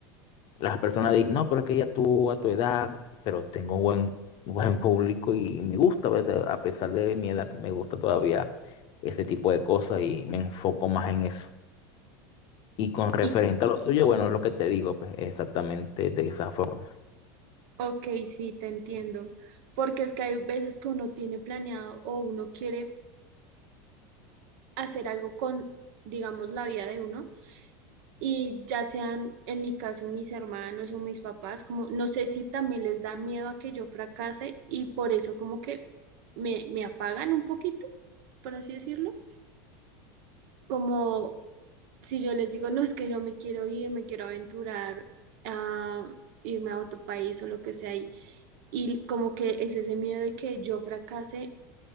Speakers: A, on the left; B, on the right.
A: las personas dicen, no, pero es que ya tú a tu edad, pero tengo buen, buen público y me gusta, pues, a pesar de mi edad, me gusta todavía ese tipo de cosas y me enfoco más en eso. Y con referente
B: Y,
A: a lo tuyo, bueno, es lo que te digo, pues exactamente de esa forma.
B: ok, sí, te entiendo. Porque es que hay veces que uno tiene planeado o uno quiere hacer algo con, digamos, la vida de uno y ya sean, en mi caso, mis hermanos o mis papás, como no sé si también les da miedo a que yo fracase y por eso como que me, me apagan un poquito, por así decirlo, como si yo les digo, no, es que yo me quiero ir, me quiero aventurar a irme a otro país o lo que sea, y, y como que es ese miedo de que yo fracase.